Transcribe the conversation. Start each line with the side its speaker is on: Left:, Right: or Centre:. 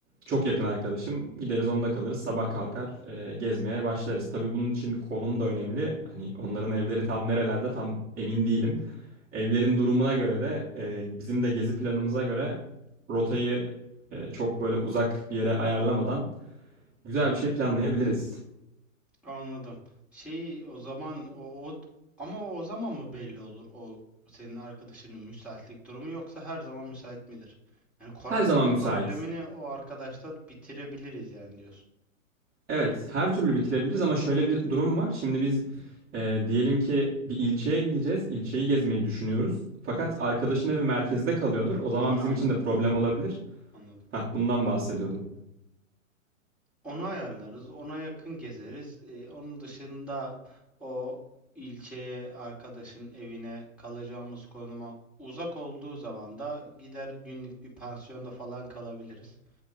Right: çok yakın arkadaşım. Gideriz onda kalırız. Sabah kalkar e, gezmeye başlarız. Tabii bunun için konum da önemli. Hani onların evleri tam nerelerde tam emin değilim. Evlerin durumuna göre de e, bizim de gezi planımıza göre rotayı e, çok böyle uzak bir yere ayarlamadan güzel bir şey planlayabiliriz.
Centre: Anladım. Şey o zaman o, o ama o zaman mı belli olur o senin arkadaşının müsaitlik durumu yoksa her zaman müsait midir? Yani konaklama
Right: Her zaman müsait.
Centre: problemini o arkadaşla bitirebiliriz yani diyorsun.
Right: Evet, her türlü bitirebiliriz ama şöyle bir durum var. Şimdi biz e, diyelim ki bir ilçeye gideceğiz. İlçeyi gezmeyi düşünüyoruz. Fakat arkadaşın evi merkezde kalıyordur. O zaman
Centre: Onu
Right: bizim
Centre: anladım,
Right: için de problem
Centre: onu anladım,
Right: olabilir.
Centre: anladım.
Right: Hah, bundan bahsediyordum.
Centre: Onu ayarlarız, ona yakın gezeriz. Ee, onun dışında o ilçeye, arkadaşın evine, kalacağımız konuma uzak olduğu zaman da gider günlük bir pansiyonda falan kalabiliriz.